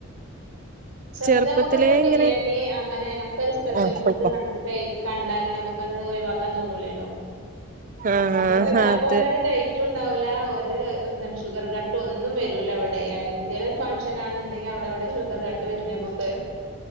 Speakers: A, on the right (about 80°); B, on the right (about 40°).
A: ചെൽപ്പോ
B: ചെറുപ്പത്തിലേ
A: ഞമ്മക്കേന്നേ ബിരിയാണി
B: ഇങ്ങനെ
A: അങ്ങനെ നമുക്കൊരു സ്പെഷ്യൽ
B: ആഹ്
A: ഫുഡ്
B: പോയ്ക്കോ
A: ക ഹേയ് കണ്ടാല് നമ്മക്കത് ഒയിവാക്കാൻ തോന്നൂലല്ലോ.
B: ആഹ്
A: നമ്മള് പരിജ അപ്പൊ
B: അതെ
A: അവടെ ഒരു ഡയി കുറ്റുണ്ടാവൂലാ ഒരു എന്താണ് ഷുഗറ്കട്ട് ഒന്നും വരൂലവടെ ഏ ഇന്ത്യയി ഫണ്ഷനാണെന്നുണ്ടെങ്കി അവടെ ഏവടെ ഷുഗറ്കട്ട് വെര്ന് മ്മക്ക്.